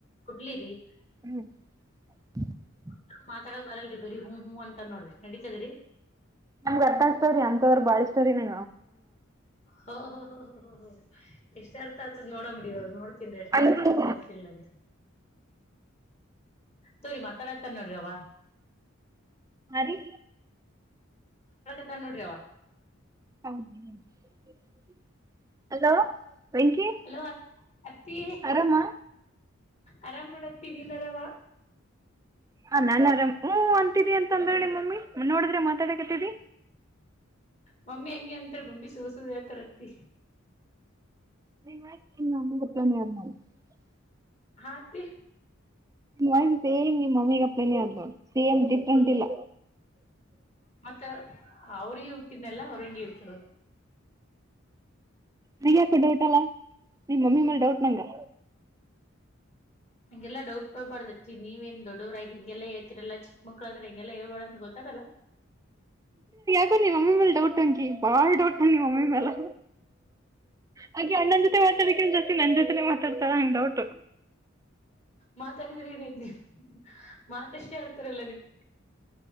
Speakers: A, on the left (about 30°); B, on the right (about 15°).
A: ಕುಡ್ಲಿರಿ. <inaudible>
B: ಹ್ಮ್ <inaudible>
A: <unintelligible> ಮಾತಾಡೋಕ್ ಬರಲ್ರಿ ಬರ ಹೂ್ ಹ್ೂ ಅಂತ ನೋಡ್ರಿ. ನಡೀತದ್ರಿ
B: ನಮ್ಗೆ ಅರ್ಥ ಆಗ್ತವ್ರಿ ಅಂತವ್ರ ಬಳಸ್ತವ್ರಿ ನೀ.
A: ಹ ಹ ಎಷ್ಟು ಅರ್ಥ ಆತದ ನೋಡಮ್ರಿ ಇವಾಗ ನೋಡ್. ತಿನ್್ರ <unintelligible> ಎಷ್ಟ
B: ಅಂದ್ರು
A: ಅರ್ತ ಆತ್ರ ಎಷ್ಟ ಇಲ್ಲಂತ. ತೋರಿ ಮಾತಾಡತಾರ ನೋಡ್ರಿವ.
B: ಅ ರೀ
A: ನ <unintelligible> ನೋಡ್ರವ.
B: ಹೌದ <unintelligible> ಅಲೋ. ವೆಂಕಿ
A: ಹಲೋ ಅತ್ತಿ
B: ಆರಾಮಾ.
A: ಆರಾಮ್ ಮಾಡೋತ್ತ ನೀ ಆರಾಮ
B: ಹ ನಾನನ್ ಆರಾಮ್ ಹ ಅಂತಿದಿ ಅಂತ ಅಂದ್ರಣಿ ಮಮ್ಮಿ ನೋಡಿದ್ರೆ ಮಾತಾಡಕತಿದಿ.
A: ಮಮ್ಮಿ ಅಗೆ ಅಂತರ ಮಮ್ಮಿ ಸು ಸು ಹೇಳ್ತಾರಂತೆ
B: ನಿಮ್ಮ ಗತ್ತನ. <unintelligible>
A: ಹಾತ್ತ. <unintelligible>
B: ವಾಯ್ಸ್ ನಿಮ್ಮ್ ಮಮ್ಮಿಗಪ್ಪನ ನೋ ಸೇಮ್ ಡಿಫ್ರೆಂಟ್
A: ಹ್ಮ
B: ಇಲ್ಲ.
A: ಮತ್ತ ಅವ್ರಿಗೆ ಹುಟ್ಟಿದೆಲ್ಲ ಅವ್ರಂಗಿ ಇರ್ತದ.
B: ನೀ ಯಾಕ ಡೌಟ್ ಅಲ್ಲಾ ನೀ ಮಮ್ಮಿ ಮೇಲೆ ಡೌಟ್ ನಂಗ.
A: ಹಂಗೆಲ್ಲ ಡೌಟ್ ಪಬಾರ್ದತತಿ ನೀವ ನ್ ದೊಡ್ಡವ್ರಾಗಿ ಹಿಗೆಲ್ಲ ಹೇಳ್ತಿರಲ್ಲ ಚಿಕ್ಕಕ್ಳ್ರ ಹೆಂಗೆಲ್ಲ ಹಳ್ಬಾರ್ದ ಗೊತ್ತ. ಲ್ಲ <unintelligible>
B: ನೀವ <unintelligible> ಮಮ್ಮ ಮಲೆ ಡೌಟ್ಂಗಿ ಬಾ ಡೌಟ್್ ನೀ ಮಮ್ಮಿ ಮೇಲೆ. ಹಾಗೆ ಅಣ್ಣನ್ ಜೊತೆ ಮಾತಾಡಕ್ಕೆ ಒ್ ಜಾಸ್ತಿ ನನ್ ಜೊತೆನೆ ಮಾತಾಡ್ತಾಳ ಡೌಟ್.
A: ಮಾತಾಡಿದ್ರಿ ಏನ ನೀ ಮಾತಷ್ಟೇ ಆಡ್ತಾರಲ್ಲ ನಿಮ್ಮ.